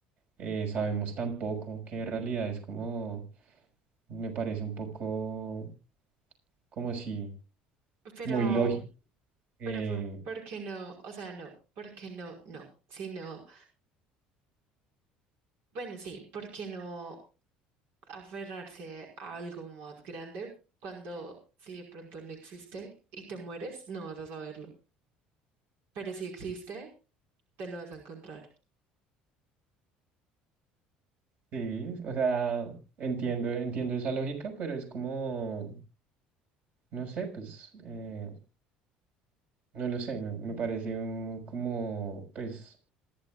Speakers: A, on the right (about 55°); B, on the right (about 70°).
A: eh, sabemos tan poco, que en realidad es como, me parece un poco como si
B: pero,
A: muy lógico. eh,
B: pero, ¿por por qué no? O sea, no, ¿por qué no? No, sino, bueno, sí, ¿por qué no? aferrarse a algo más grande cuando si de pronto no existe y te mueres, no vas a saberlo. Pero si existe, te lo vas a encontrar.
A: sí, o sea, entiendo, entiendo esa lógica, pero es como, no sé, pues, eh, no lo sé, me, me parece un- como, pues,